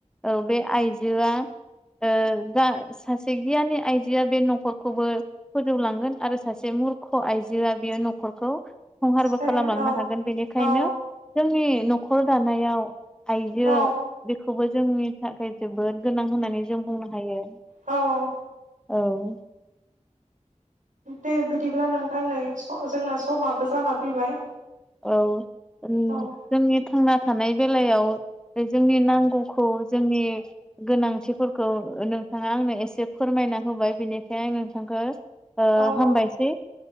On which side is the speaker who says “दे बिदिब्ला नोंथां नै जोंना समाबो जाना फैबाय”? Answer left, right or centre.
Right